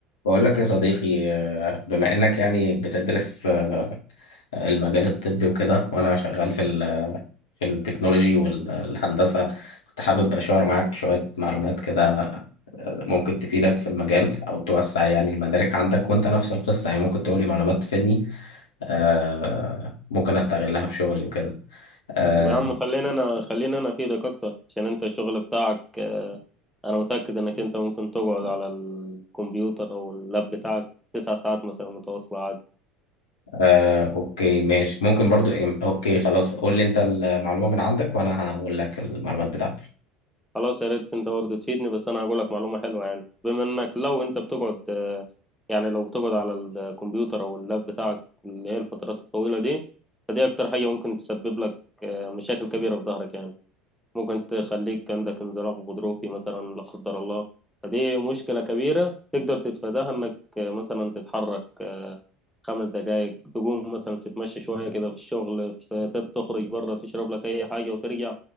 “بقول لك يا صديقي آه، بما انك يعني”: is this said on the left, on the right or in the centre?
Left